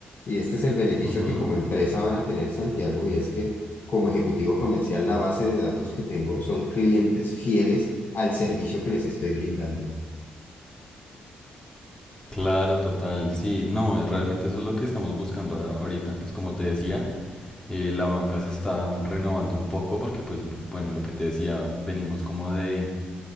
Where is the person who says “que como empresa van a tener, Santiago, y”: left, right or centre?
Left